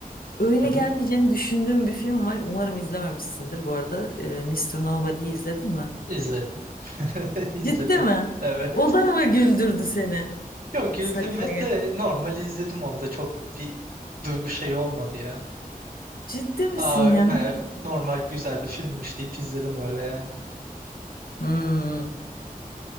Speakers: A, on the left (about 75°); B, on the right (about 75°).
A: Öyle
B: Hı
A: gelmeyeceğini
B: hı,
A: düşündüğüm bir film var. Umarım izlememişsindir bu arada. Ee, Mr. Nobody'yi izledin mi?
B: izledim. <laughs> İzledim.
A: Ciddi mi?
B: Evet.
A: O da mı güldürdü seni?
B: Yok güldürme
A: Saçma ya.
B: de normal izledim onda çok bir duygu şey olmadı ya.
A: Ciddi misin
B: Aa, he,
A: ya?
B: normal güzel bir filmmiş deyip izledim öyle yani.
A: Hmm.